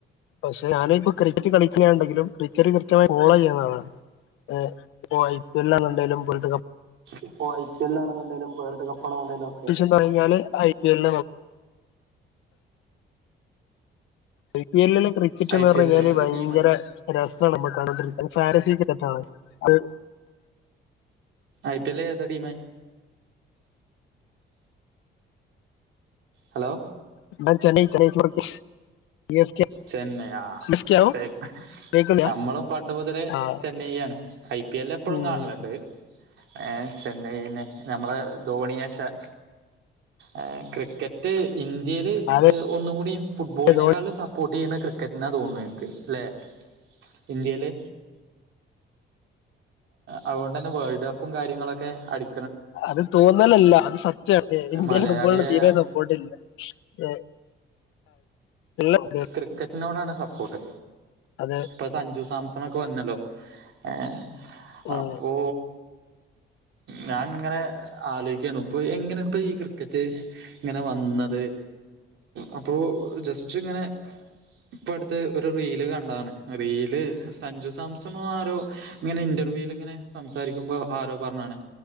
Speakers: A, on the left; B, on the right.
A: പക്ഷെ ഞാനൻ ഇപ്പ ക്രിക്കറ്റ് കളിക്കുകണ്ടെങ്കിലും ക്രിക്കറ്റ് കൃത്യമായി ഫോളോ ചെയ്യുന്ന ആളാണ് ഏ ഐ പി എൽ ആണെങ്കിലും വേൾഡ് കപ്പ്‌ ആണെങ്കിലും
B: ഇപ്പൊ ഐ പി എൽ ആണെന്നുണ്ടെലും വേൾഡ് കപ്പാണെന്നുണ്ടെിലും ഒക്കെ
A: എന്നാല് ഞാൻ I P L I P L ക്രിക്കറ്റ്ന്ന്
B: I
A: പറഞ്ഞ
B: പി എല്ലില്
A: കഴിഞ്ഞാല്
B: ഏതാ
A: ഭയങ്കര
B: ടീമ്
A: രസമാണ് നമ്മ കാണ്ടിരിക്കുന്നത് ഫാരസക്ക് <unintelligible>
B: ഐ പി എൽ എതാ ടീം? ഹലോ
A: എന്ന ചെന്നൈ <unintelligible> യു എസ് കെ
B: ചെന്നെയാ
A: സി എസ് കെ ആവും
B: സേം
A: കേൾക്കുന്നില്ല
B: നമ്മളും പണ്ട് മുതലേ
A: ആ
B: ചെന്നൈ ആണ് ഐ പി എൽ എപ്പോഴും
A: ഉം
B: കാണലുണ്ട് ഏ ചെന്നൈന്നെ നമ്മള ധോണിയാശാൻ ആഹ് ക്രിക്കറ്റ് ക്രിക്കറ്റ് ഇന്ത്യൽ
A: അതെ
B: ഏ ഒന്നുകൂടി ഫുട്ബോളിനേക്കാൾ
A: ധോണി
B: സപ്പോർട്ട് ചെയ്യുന്ന ക്രിക്കറ്റിനാ തോന്നു എനിക്ക് അല്ലെ ഇന്ത്യയില് അതുകൊണ്ട് തന്നെ വേൾഡ് കപ്പും കാര്യങ്ങളൊക്കെ അടി
A: അത് തോന്നലല്ല അത് സത്യാണ് ഇന്ത്യേലെ
B: മലയാളിയായ
A: ഫുട്ബോളിന് തീരെ സ ക്കൊടില്ലെ ഏഹ് എല്ലറു <unintelligible>
B: ക്രിക്കറ്റിനോടാണ് സപ്പോട്ട്
A: അതെ
B: ഇപ്പ സഞ്ജു സാംസണൊക്കെ വന്നല്ലൊ ഏഹ്
A: ഉം
B: അപ്പോ ഞാ ഇങ്ങനെ ആലോയ്ക്കെര്ണു ഇപ്പൊ എങ്ങനേണ്പ്പൊ ഈ ക്രിക്കറ്റ് ഇങ്ങനവന്നത് അപ്പോ ജസ്റ്റ്ങ്ങനെ ഇപ്പടാത്ത് ഒരു റീല് കണ്ടതാണ് റീല് സഞ്ജു സാംസണൊ ആരോ ഇങ്ങനെ ഇന്റർവ്യൂൽ ഇങ്ങനെ സംസാരിക്കുമ്പോ ആരോ പറഞ്ഞാണ്